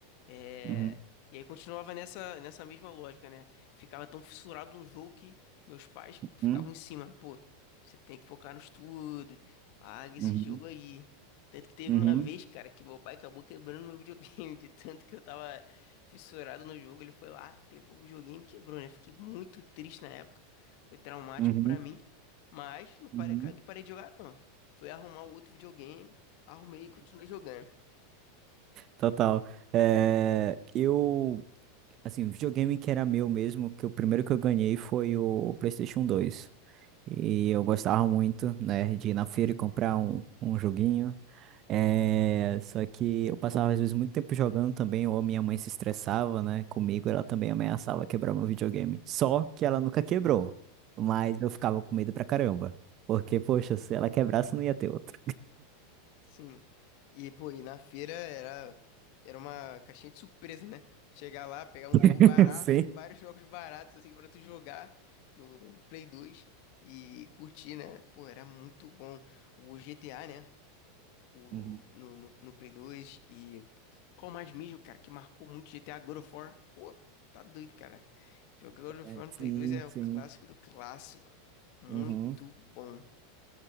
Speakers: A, on the left; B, on the right.
A: É,
B: uhum,
A: E aí continuava nessa, nessa mesma lógica, né? Ficava tão fissurado no jogo que meus pais ficavam
B: uhum,
A: em cima, pô. Você tem que focar no estudo, Larga esse
B: uhum,
A: jogo aí. Tanto que teve
B: uhum,
A: uma vez, cara, que meu pai acabou quebrando meu videogame, <laughs> de tanto que eu tava fissurado no jogo. Ele foi lá, pegou o videogame e quebrou, né? Fiquei muito triste na época. Foi traumático
B: uhum,
A: pra mim. Mas não parei,
B: uhum.
A: não parei de jogar, não. Fui arrumar o outro videogame, arrumei e continuei jogando.
B: Total. É, eu, assim, videogame que era meu mesmo, que o primeiro que eu ganhei foi o PlayStation dois E eu gostava muito, né, de ir na feira e comprar um, um joguinho. É, só que eu passava às vezes muito tempo jogando também, ou minha mãe se estressava, né, comigo, ela também ameaçava quebrar meu videogame. Só que ela nunca quebrou, mas eu ficava com medo pra caramba. Porque, poxa, se ela quebrasse, não ia ter outro.
A: Sim. E, pô, e na feira era, era uma caixinha de surpresa, né? Chegar lá, pegar um
B: <laughs>
A: jogo barato,
B: Sim.
A: vários <laughs> jogos baratos, assim, pra tu jogar no, no Play 2 e curtir, né? Pô, era muito bom. O GTA, né? O,
B: Uhum.
A: no, no, no Play 2 e qual mais mesmo, cara, que marcou muito GTA God of War? Pô, tá doido, cara. Jogar God of
B: É,
A: War no
B: Sim,
A: Play 2 é o
B: sim.
A: clássico do clássico. Muito
B: Uhum.
A: bom.